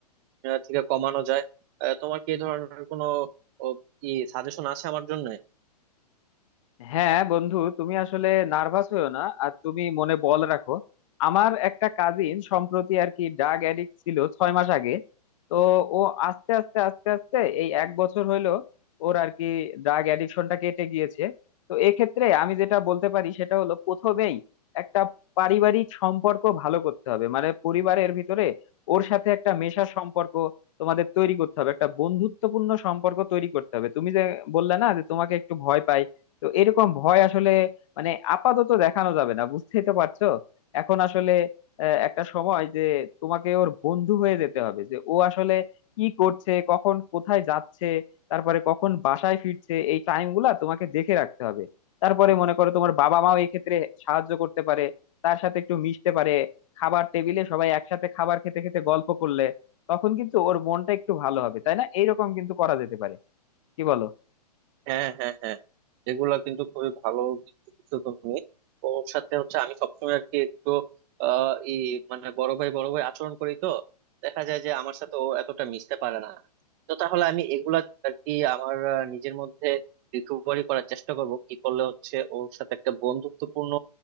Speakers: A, on the right; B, on the left.
A: থেকে কমানো যায় আহ, তোমার কি এই ধরনের কোনো ও, কি সাজেশন আছে আমার জন্য
B: হ্যাঁ বন্ধু তুমি আসলে নার্ভাস হয়েও না আর তুমি মনে বল রাখো আমার একটা কাজিন সম্প্রতি আর কি ড্রাগ অ্যাডিক্ট ছিল ছয় মাস আগে তো ও আস্তে আস্তে আস্তে আস্তে এই এক বছর হইলো ওর আর কি ড্রাগ অ্যাডিকশনটা কেটে গিয়েছে তো এক্ষেত্রে আমি যেটা বলতে পারি সেটা হলো প্রথমেই একটা পারিবারিক সম্পর্ক ভালো করতে হবে মানে পরিবারের ভিতরে ওর সাথে একটা মেশার সম্পর্ক তোমাদের তৈরি করতে হবে একটা বন্ধুত্বপূর্ণ সম্পর্ক তৈরি করতে হবে তুমি যে বললে না যে তোমাকে একটু ভয় পাই তো এরকম ভয় আসলে মানে আপাতত দেখানো যাবে না বুঝতেই তো পারছো এখন আসলে আহ, একটা সময় যে তোমাকে ওর বন্ধু হয়ে যেতে হবে যে ও আসলে কি করছে কখন কোথায় যাচ্ছে তারপরে কখন বাসায় ফিরছে এই টাইম গুলা তোমাকে দেখে রাখতে হবে তারপরে মনে করো তোমার বাবা মাও এই ক্ষেত্রে সাহায্য করতে পারে তার সাথে একটু মিশতে পারে খাবার টেবিলে সবাই একসাথে খাবার খেতে খেতে গল্প করলে তখন কিন্তু ওর মনটা একটু ভালো হবে তাই না এইরকম কিন্তু করা যেতে পারে কি বলো
A: হ্যাঁ হ্যাঁ হ্যাঁ এগুলা কিন্তু খুবই ভালো বুদ্ধি দিছো তুমি ওর সাথে হচ্ছে আমি সবসময় আর কি একটু আহ ই মানে বড় ভাই বড় ভাই আচরণ করি তো দেখা যায় যে আমার সাথে ও এতটা মিশতে পারে না তো তাহলে আমি এগুলা আর কি আমার আহ, নিজের মধ্যে রিকভারি করার চেষ্টা করব কি করলে হচ্ছে ওর সাথে একটা বন্ধুত্বপূর্ণ